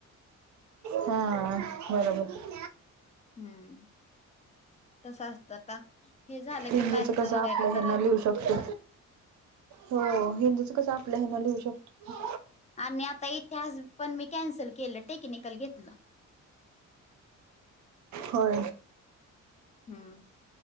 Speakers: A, on the right; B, on the left.
A: हा, बरोबर,
B: हम्म, तस असतं आता हे झालं
A: हिंदीच
B: की मॅथच
A: कसं
B: वगैरे
A: आपल्या
B: करायचं
A: हेन लिहू शकतो. हो, हिंदीच कसं आपल्या हेन लिहू शकतो.
B: आणि आता इतिहास पण मी कॅन्सल केलं, टेक्निकल घेतलं.
A: हो,
B: हम्म,